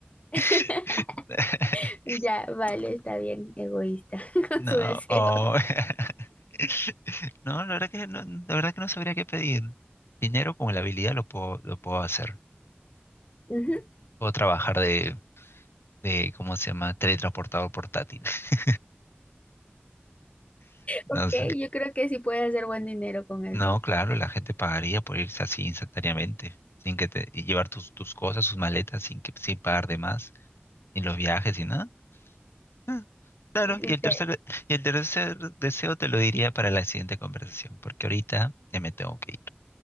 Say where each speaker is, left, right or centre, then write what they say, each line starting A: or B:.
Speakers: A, on the left; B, on the left.
A: <laughs>
B: <laughs>
A: Ya, vale, está bien, egoísta <laughs> con
B: No,
A: su deseo.
B: oh. <laughs> No, la verdad que no, la verdad que no sabría qué pedir. Dinero con la habilidad lo puedo, lo puedo hacer.
A: Ujú,
B: Puedo trabajar de, de, ¿cómo se llama? Teletransportador portátil. <laughs>
A: Ok,
B: No sé.
A: yo creo que sí puedes hacer buen dinero con eso.
B: No, claro, la gente pagaría por irse así instantáneamente, sin que te, y llevar tus, tus cosas, sus maletas, sin que, sin pagar de más, ni los viajes, ni nada. Ah, claro,
A: Y te...
B: y el tercer, y el tercer deseo te lo diría para la siguiente conversación, porque ahorita ya me tengo que ir.